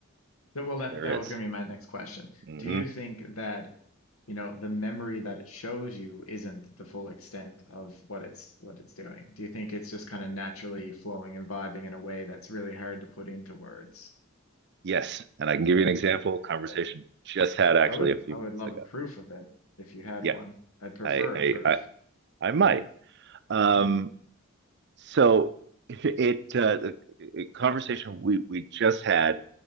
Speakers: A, on the left; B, on the right.
A: that- well that
B: There
A: that
B: is.
A: was gonna be my next question.
B: Mm-hmm.
A: Do you think that, you know, the memory that it shows you isn't the full extent of what it's what it's doing? Do you think it's just kind of naturally flowing and vibing in a way that's really hard to put into words?
B: Yes. And I can give you an example. Conversation
A: Really?
B: just had actually
A: I would
B: a few
A: I would
B: minutes
A: love
B: ago.
A: a proof of it if you had
B: Yeah,
A: one. I'd prefer
B: I,
A: a
B: I,
A: proof.
B: I, I might. Um,
A: Hmm.
B: so it, uh, the the conversation we, we just had,